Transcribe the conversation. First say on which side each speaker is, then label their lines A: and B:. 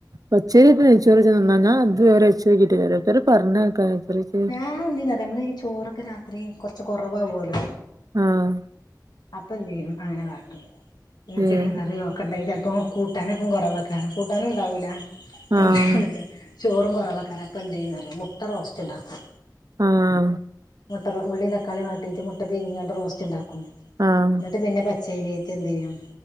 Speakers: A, on the right (about 55°); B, on the left (about 70°).
A: പച്ചരി ഇട്ട് നെയ്ച്ചോറ് വെച്ചാൽ നന്നാവോ ഞാൻ ഇതുവരെ വെച്ച് നോക്കീട്ടില്ല ഓരോരുത്തർ പർഞ്ഞ് കേക്കാ <unintelligible>
B: ഞാൻ എന്ത് ചെയ്യുന്നറിയോ നമ്മള് ഈ ചോറൊക്കെ രാത്രി കൊർച്ച് കൊറവാവോല്ലോ
A: ആഹ്
B: അപ്പ എന്തേനും അങ്ങനെ കാട്ടും
A: ഏഹ്
B: ചിക്കൻ കറിയൊക്കെ ഇണ്ടെങ്കിൽ ചെൽപ്പോ കൂട്ടാനൊക്കെ കുറവാക വേറെകൂട്ടാനും ഇണ്ടാവൂല
A: ആഹ് ആഹ്
B: എന്താണ് ചോറും കുറവാ കാരം എന്തെയ്യുന്നു മുട്ട റോസ്റ്റ് ഉണ്ടാക്കും
A: ആഹ്
B: മുട്ട ഉള്ളിയും തക്കാളി വാട്ടീട്ട് മുട്ട പീങ്ങിയിട്ട് റോസ്റ്റ് ഉണ്ടാക്കൂ
A: ആഹ്
B: പിന്നെ പച്ചരീറ്റ എന്ത് ചെയ്യും